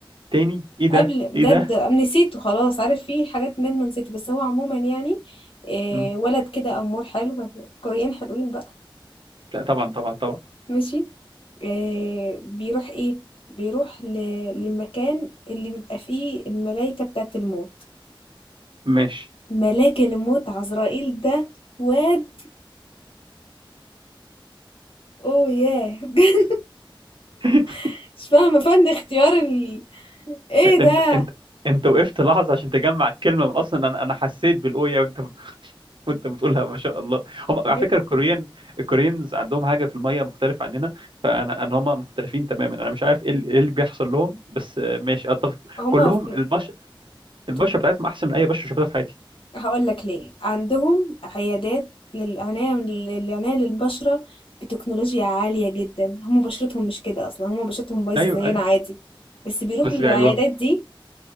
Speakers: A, on the right; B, on the left.
A: تاني ايه ده
B: قبل بجد
A: ايه ده
B: أم نسيته خلاص عارف في حاجات من ما نسيته بس هو عموما يعني إيه
A: مم.
B: ولد كده امور حلو كوريين حلوين بقى
A: لا طبعا طبعا طبعا
B: ماشي إيه بيروح ايه بيروح ل- للمكان اللي بيبقى فيه الملايكة بتاعت الموت
A: ماشي
B: ملاك الموت عزرائيل ده واد اوه ياه بجد
A: <laughs>
B: <laughs> مش فاهمة فن اختيار ال... ايه ده
A: انت انت انت وقفت لحظه عشان تجمع الكلمه من اصلا انا انا حسيت بالاويه وانت بت- <laughs> وانت بتقولها ما شاء الله هم
B: بجد
A: على فكره الكوريين الكوريينز عندهم حاجه في الميه مختلفه عننا فانا ان هم مختلفين تماما انا مش عارف ايه ال- ايه اللي بيحصل لهم بس آه، ماشي اتفق
B: هما
A: كلهم
B: في...
A: البشره البشره
B: طب
A: بتاعتهم احسن من اي بشره شفتها في حياتي
B: هقول لك ليه عندهم عيادات للعناية للعناية للبشرة بتكنولوجيا عالية جدا هما بشرتهم مش كده اصلا هما بشرتهم بايظة
A: ايوه
B: زينا
A: ايوه
B: عادي بس بيروحوا
A: بس
B: للعيادات
A: بيعالجوها
B: دي